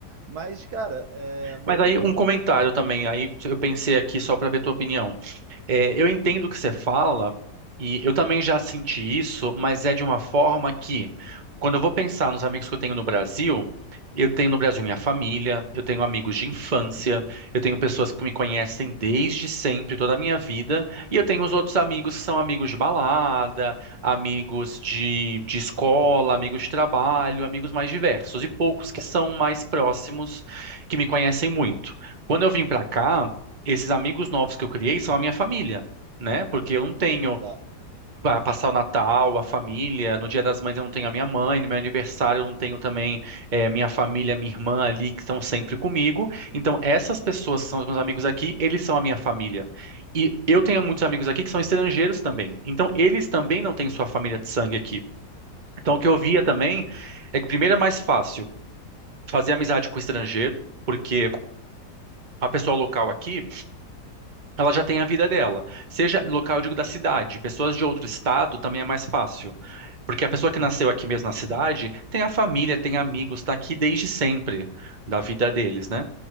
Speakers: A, on the right; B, on the right.
A: Mas, cara, é, morando
B: Mas aí
A: no.
B: um comentário também, aí eu pensei aqui só para ver tua opinião. É, eu entendo o que você fala e eu também já senti isso, mas é de uma forma que, quando eu vou pensar nos amigos que eu tenho no Brasil, eu tenho no Brasil minha família, eu tenho amigos de infância, eu tenho pessoas que me conhecem desde sempre, toda a minha vida, e eu tenho os outros amigos que são amigos de balada, amigos de, de escola, amigos de trabalho, amigos mais diversos, e poucos que são mais próximos, que me conhecem muito. Quando eu vim para cá, esses amigos novos que eu criei são a minha família, né? Porque eu não tenho
A: Exato,
B: para passar o Natal, a família, no Dia das Mães eu não tenho a minha mãe, no meu aniversário eu não tenho também eh, minha família, minha irmã ali que estão sempre comigo. Então essas pessoas que são os meus amigos aqui, eles são a minha família. E eu tenho muitos amigos aqui que são estrangeiros também. Então eles também não têm sua família de sangue aqui. Então o que eu via também é que primeiro é mais fácil fazer amizade com estrangeiro, porque a pessoa local aqui Ela já tem a vida dela. Seja local, eu digo, da cidade. Pessoas de outro estado também é mais fácil. Porque a pessoa que nasceu aqui mesmo na cidade tem a família, tem amigos, está aqui desde sempre da vida deles, né?